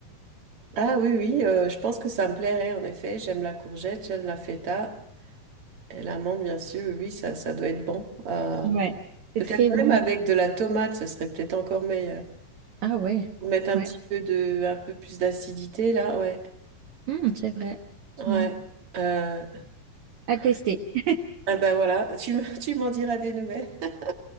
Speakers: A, on the right (about 45°); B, on the right (about 60°).
A: Ah oui, oui, euh, je pense que ça me plairait en effet. J'aime la courgette, j'aime la feta. Et l'amande, bien sûr, oui, ça, ça doit être bon. Euh,
B: Ouais. C'est
A: peut-être
B: très bon.
A: même avec de la tomate, ce serait peut-être encore meilleur.
B: Ah ouais,
A: Pour mettre un
B: ouais.
A: petit peu de, un peu plus d'acidité, là, ouais.
B: Hum, c'est vrai. Tiens.
A: Ouais. Euh,
B: À tester. <laughs>
A: ah ben voilà, tu, me- <laughs> tu m'en diras des nouvelles. <laughs>